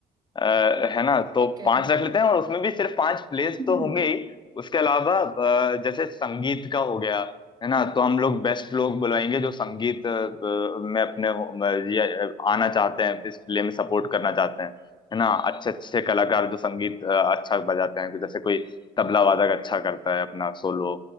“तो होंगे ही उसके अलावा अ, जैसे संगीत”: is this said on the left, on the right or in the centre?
Left